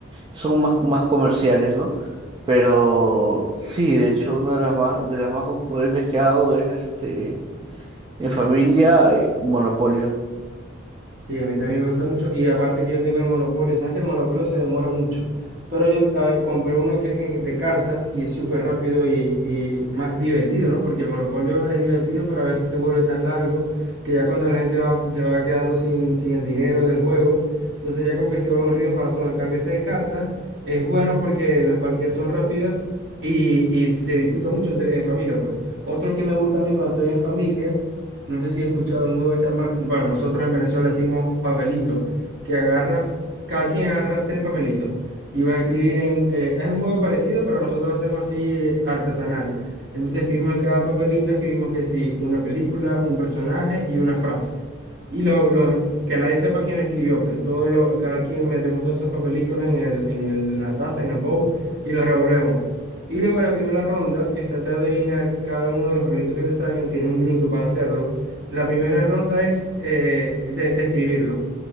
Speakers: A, on the right; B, on the right.
A: son más, más comerciales, ¿no? Pero sí, de hecho, una de las más, de las más concurrentes que hago es este, en familia, eh, Monopolio.
B: Sí, a mí también me gusta mucho. Y aparte que yo tengo el monopolio, sabes que el monopolio se demora mucho. Pero yo a ver, compré uno que es en- de cartas y es súper rápido y, y más divertido, ¿no? Porque el monopolio es divertido, pero a veces se vuelve tan largo que ya cuando la gente va, se va quedando sin, sin el dinero del juego, entonces ya como que se vuelve aburrido para todo. En cambio, este de cartas es bueno porque las partidas son rápidas y, y se disfruta mucho entre, en familia, pues. Otro que me gusta a mí cuando estoy en familia. No sé si has escuchado un juego que se llama, bueno, nosotros en Venezuela decimos papelito, que agarras, cada quien agarra tres papelitos y vas a escribir en, eh, es un juego parecido, pero nosotros lo hacemos así artesanal. Entonces escribimos en cada papelito, escribimos que sí, una película, un personaje y una frase. Y lo, lo- que nadie sepa quién escribió, pues todo lo, cada quien metemos todos esos papelitos en el, en el- en la taza, en el bowl y los revolvemos. Y luego la primera ronda es tratar de adivinar cada uno de los papelitos que te salgan, tienes un minuto para hacerlo. La primera ronda es eh, de, describirlo.